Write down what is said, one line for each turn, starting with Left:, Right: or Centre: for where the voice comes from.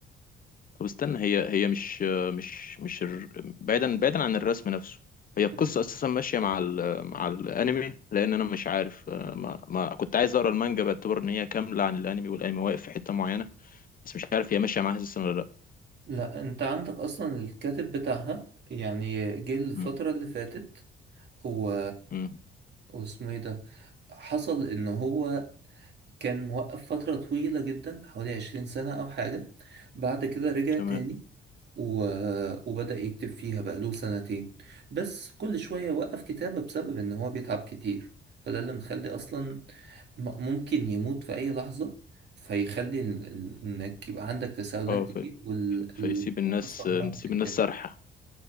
Left: طب استنى هي هي مش مش مش الر... بعيدا بعيدا عن الرسم نفسه هي القصة
Right: مم.
Left: اساسا ماشية مع ال... مع الانمي لان انا مش عارف ما, ما كنت عايز اقرا المانجا باعتبار ان هي كاملة عن الانمي والانمي واقف في حتة معينة بس مش عارف هي ماشية معاها اساسا ولا لا
Right: لا أنت عندك أصلا الكاتب بتاعها يعني جه الفترة
Left: مم.
Right: اللي فاتت و...
Left: مم.
Right: واسمه إيه ده حصل إن هو كان موقف فترة طويلة جدا حوالي عشرين سنة أو حاجة بعد كده رجع
Left: تمام
Right: تاني و... وبدأ يكتب فيها بقاله سنتين بس كل شوية وقف كتابة بسبب إن هو بيتعب كتير فده اللي مخلي أصلا م- ممكن يموت في أي لحظة فيخلي ال- ال- إنك يبقى عندك تساؤلات
Left: اه ف...
Right: كتير والقصة
Left: ف... فيسيب الناس
Right: عمرها
Left: نسيب
Right: ما تكتمل
Left: الناس سرحة